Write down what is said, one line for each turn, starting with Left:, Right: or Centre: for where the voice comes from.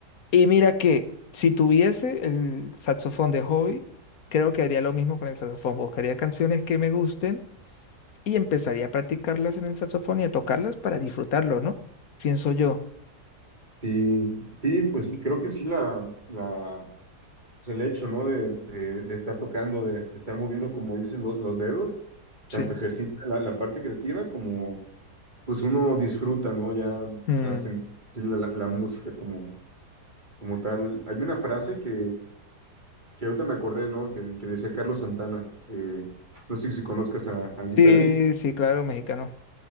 Left: Y mira que si tuviese el saxofón de hobby, creo que haría lo mismo con el saxofón, buscaría canciones que me gusten y empezaría a practicarlas en el saxofón y a tocarlas para disfrutarlo, ¿no? Pienso yo.
Right: Sí, sí, pues sí, creo que sí la, la, pues, el hecho, ¿no? De, de, de estar tocando, de, de estar moviendo, como dicen lo- los dedos, tanto
Left: Sí.
Right: ejercita la, la parte creativa como pues uno disfruta, ¿no? Ya
Left: Mm.
Right: la, sen- la, la- la música como, como tal. Hay una frase que, que ahorita me acordé, ¿no? Que, que decía Carlos Santana, eh, no sé si conozcas a- al guitarrista,
Left: Sí, sí, claro, mexicano.